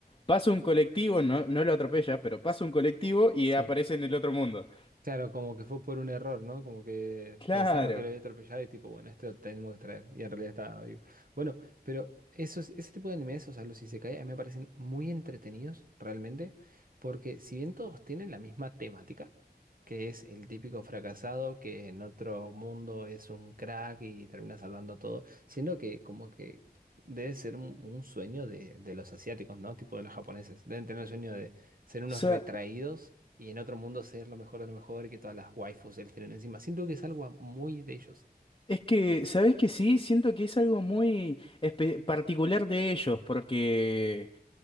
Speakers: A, on the left; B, on the right.
A: pasa un colectivo, no, no lo atropella, pero pasa
B: s-
A: un colectivo y
B: sí.
A: aparece en el otro mundo.
B: Claro, como que fue por un error, ¿no? Como que
A: Claro.
B: pensaron que lo había atropellado y tipo, bueno, este lo tenemos que traer. Y en realidad estaba vivo. Bueno, pero esos, ese tipo de animes, o sea, los isekai, a mí me parecen muy entretenidos, realmente, porque si bien todos tienen la misma temática, que es el típico fracasado que en otro mundo es un crack y termina salvando todo, siendo que como que debe ser un, un sueño de, de los asiáticos, ¿no? Tipo de los japoneses. Deben tener el sueño de ser unos
A: O sea,
B: retraídos y en otro mundo ser lo mejor de lo mejor y que todas las waifus de él tienen encima. Siento que es algo muy de ellos.
A: Es que, ¿sabes que sí? Siento que es algo muy espe- particular de ellos, porque